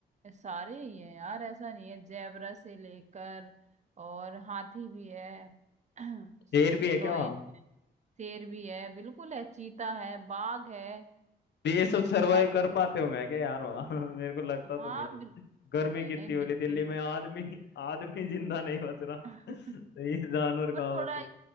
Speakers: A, on the right; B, on the left.
A: सारे ही है यार ऐसा नहीं है जेबरा से लेकर और हाथी भी है <clears throat> से-
B: शेर भी है
A: लोयन
B: क्या वहाँ
A: है, शेर भी है बिल्कुल है चीता है बाघ है
B: भी ये सब सरवाइव
A: सारी
B: कर पाते होंगे क्या यार वहाँ <laughs> मेरे को लगता
A: हाँ
B: तो नहीं
A: बिल,
B: है गर्मी
A: नहीं
B: कितनी
A: नहीं
B: हो
A: बिल्कुल
B: रही दिल्ली में आदमी आदमी जिंदा नहीं बच रहा
A: <laughs>
B: <laughs> तो ये जानवर कहाँ
A: पर थोड़ा
B: बचे